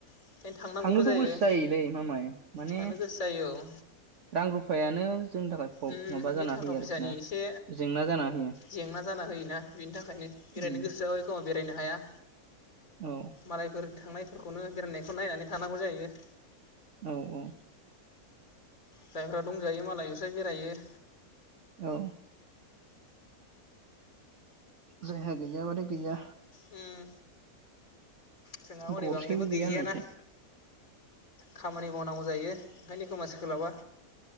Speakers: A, on the left; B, on the right.
A: ओंखायनो थांनांगौबो
B: थांनोथ'
A: जायो
B: गोसो जायोलै मामाय माने
A: थांनो गोसो जायो औ
B: रां रुफायानो जोंनि थाखाय प्र
A: उम
B: माबा जाना
A: बे थाखा
B: होयो
A: फैसानि
B: आरोखि ना
A: एसे
B: जेंना जाना होयो
A: जेंना जाना होयोना बेनि थाखायनो बेरायनो
B: उम
A: गोसोआ एखोमा बेरायना हाया
B: औ
A: मालायफोर थांनायफोरखौनो बेरायनायखौ नायनानै थानांगौ जायो।
B: औ औ
A: जायफ्रा दंजायो मालाय बिसाय बेरायो।
B: औ जायहा गैया माने गैया।
A: उम। जोंहा हनै
B: गरसेबो
A: बांद्रायबो
B: गैया
A: गैजायाना
B: होननायसो।
A: खामानि मावनांगौ जायो ओंखायनो खोमा सोलाबा।